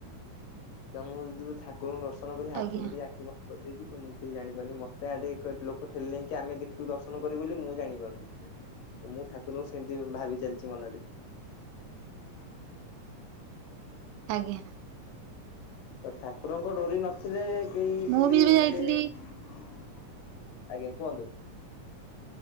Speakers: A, on the left; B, on the right.
A: ତ ମୁଁ ଯେତେ ଦୂରୁ ଠାକୁରଙ୍କୁ ଦର୍ଶନ କଲି ହାତ
B: ଆଜ୍ଞା
A: ଯୋଡ଼ି ଆଖି ବନ୍ଦ କରିଦେଇଛି ତ ମୁଁ କିଛି ଜାଣିପାରୁନି। ମତେ ଆଡେ ଏକରେ ଲୋକ ଠେଲି ଲେଇଁ କି, ଆମେ ଦେଖିବୁ ଦର୍ଶନ କରିବୁ ବୋଲି ମୁଁ ଜାଣିପାରୁନି। ମୁଁ ଠାକୁରଙ୍କୁ ସେମତି ବି ଭାବି ଚାଲିଛି ମନରେ।
B: ଆଜ୍ଞା।
A: ତ ଠାକୁରଙ୍କ ଡୋରି ନଥିଲେ, କେଇ
B: ମୁଁ
A: ପୁରୀରେ
B: ବି ଏବେ ଯାଇଥିଲି
A: ଆଜ୍ଞା, କୁହନ୍ତୁ।